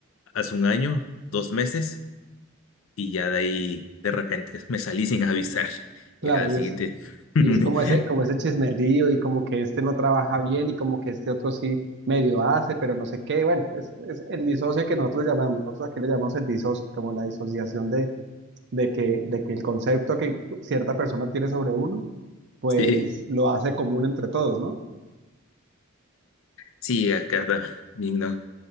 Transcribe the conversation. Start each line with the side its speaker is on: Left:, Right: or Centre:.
Left: hace un año, dos meses y ya de ahí de repente me salí sin avisar.
Right: Claro,
Left: Ya al
Right: y
Left: siguiente
Right: es,
Left: <laughs>
Right: y es como ese, como ese chismerío y como que este no trabaja bien y como que este otro sí medio hace, pero no sé qué. Bueno, es, es el disocio que nosotros llamamos, nosotros aquí le llamamos el disocio, como la disociación de, de que, de que el concepto que cierta persona tiene sobre uno, pues
Left: Sí,
Right: lo hace común entre todos, ¿no?
Left: sí, acá también. ¿no?